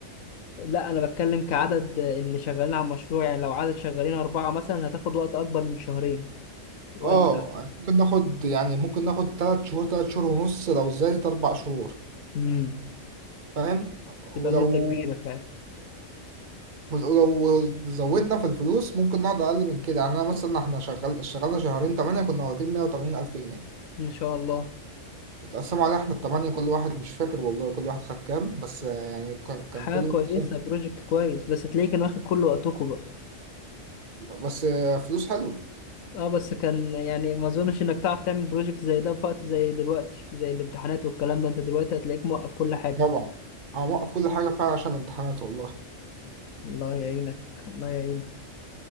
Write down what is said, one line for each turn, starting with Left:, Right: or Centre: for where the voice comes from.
Left: لا انا بتكلم كعدد اللي شغالين على المشروع يعني لو عدد شغالين اربعة مثلا هتاخد وقت اكبر من شهرين ولا
Right: اه ممكن ناخد يعني ممكن ناخد تلات شهور تلات شهور ونص لو زادت أربع شهور
Left: امم
Right: فاهم ولو
Left: تبقى مدة كبيرة فعلا
Right: ولو زودنا في الفلوس ممكن نقعد أقل من كده يعني أنا مثلا احنا شغال اشتغلنا شهرين تمانية كنا واخدين مية وتمانين ألف جنيه
Left: ما شاء الله
Right: اتقسموا علينا احنا التمانية كل واحد مش فاكر والله كل واحد خد كام بس آه، يعني كان كان
Left: حاجة
Right: كل
Left: كويسة
Right: واحد خد
Left: بروجكت كويس بس هتلاقيه كان واخد كل وقتكم بقى
Right: بس آه، فلوس حلو
Left: اه بس كان يعني ما اظنش انك تعرف تعمل بروجكت زي ده في وقت زي دلوقتي زي الامتحانات والكلام ده انت دلوقتي هتلاقيك موقف كل حاجة
Right: طبعا انا موقف كل حاجة فعلا عشان الامتحانات والله
Left: الله يعينك الله يعينك